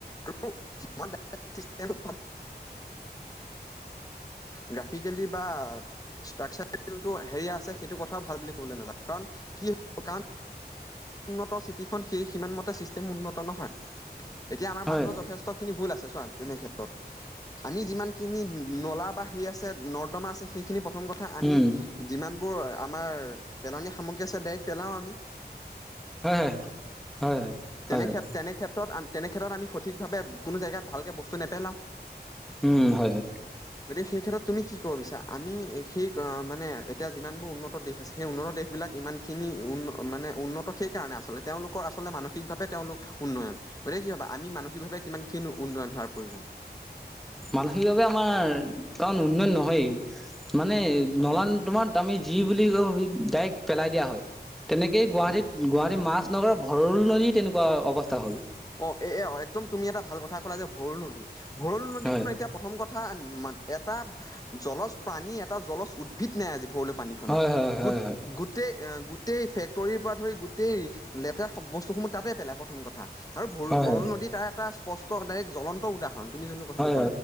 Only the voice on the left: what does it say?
আৰু চিষ্টেম অ', গ্ৰাফিকেলি বা ষ্ট্ৰাকচাৰ, যোনটো হেৰি আছে। সেইটো কথাও ভাল বুলি ক'বলৈ নাযাওঁ। কাৰণ কি কাৰ উন্নত চিটিখন, সেই সিমান মতে ছিষ্টেম উন্নত নহয়। এতিয়া আমাৰ
মানুহৰ
যথেষ্ট খিনি ভুল আছে চোৱা, তেনেক্ষত্ৰত আমি যিমানখিনি নলা বা হেৰি আছে, নৰ্দমা আছে, সেইখিনি প্ৰথম কথা। আমি
যিমানবোৰ আমাৰ পেলনীয়া সামগ্ৰী আছে, ডাইৰেক্ট পেলাও আমি।
তেনেক্ষেত্ৰত,
তেনে, তেনেক্ষেত্ৰত আমি সঠিকভাবে কোনো জাগাত ভালকৈ বস্তু নেপেলাও।
গতিকে, সেই ক্ষেত্ৰত তুমি কি ক'ব বিছৰা? আমি সেই মানে এতিয়া যিমান বোৰ উন্নত দেশ আছিল। সেই উন্নত দেশবিলাক, ইমানখিনি উন্নয়ন মানে উন্নত। সেইকাৰণে আচলতে তেওঁলোকৰ আচলতে, মানসিকভাৱে তেওঁলোক উন্নয়ন। গতিকে, কি ভাবা? আমি মানসিকভাৱে কিমান কিনো উন্নয়ন হোৱাৰ প্ৰয়োজন?
হয়
হয়
হয় হয়।
অ এ-এ একদম তুমি এটা ভাল কথা ক'লা যে ভৰলু নদী। ভৰলু নদীখন
এতিয়া প্ৰথম কথা এটা জলজ প্ৰাণী এটা জলজ উদ্ভিদ নাই আজি ভৰলু পানীখনৰ
গোট- গোটেই গোটেই ফেক্টৰীৰ পৰা ধৰি গোটেই লেতেৰা বস্তুসমূহ তাতে পেলাই প্ৰথম কথা। আৰু ভ-
ভৰলু
নদী তাৰ এটা স্পষ্ট ডাইৰেক্ট জ্বলন্ত উদাহৰণ তুমি যোনটো কথাটো কলা